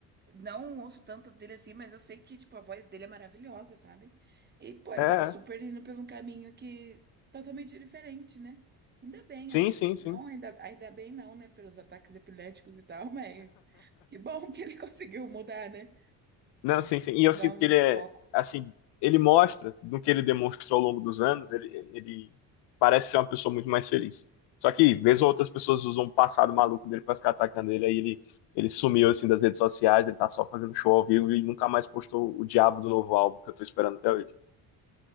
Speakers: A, on the right (about 25°); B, on the left (about 90°).
A: não ouço tantas dele assim, mas eu sei que, tipo, a voz dele é maravilhosa, sabe? E, pô, ele
B: É, é.
A: tava super indo por um caminho que totalmente diferente, né? Ainda bem,
B: sim,
A: assim,
B: sim,
A: tipo,
B: sim.
A: não, ainda, ainda bem não, né? Pelos ataques epiléticos e tal, <laughs> mas que bom que ele <laughs> conseguiu mudar, né?
B: Não, sim, sim. E
A: Mudar
B: eu sinto que
A: o
B: ele é,
A: foco.
B: assim, ele mostra no que ele demonstrou ao longo dos anos, ele, ele parece ser uma pessoa muito mais feliz. Só que, vez ou outra, as pessoas usam o passado maluco dele pra ficar atacando ele, aí ele, ele sumiu, assim, das redes sociais, ele tá só fazendo show ao vivo e nunca mais postou o diabo do novo álbum que eu tô esperando até hoje.